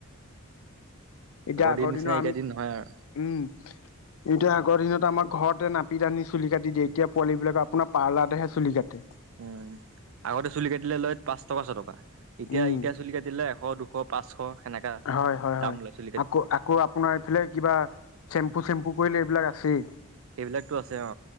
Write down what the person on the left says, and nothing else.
এতিয়া আগৰ
দিনৰ
আমি
উম এতিয়া আগৰ দিনত আমাৰ ঘৰতে নাপিত আনি চুলি কাট দিয়ে, এতিয়া পোৱালিবিলাক আপোনাৰ পাৰ্লাৰতেহে চুলি কাটে।
উম
হয় হয়
হয়
আকৌ আকৌ আপোনাৰ এইফালে কিবা চেম্পু চেম্পু কৰিলে এইবিলাক আছেই।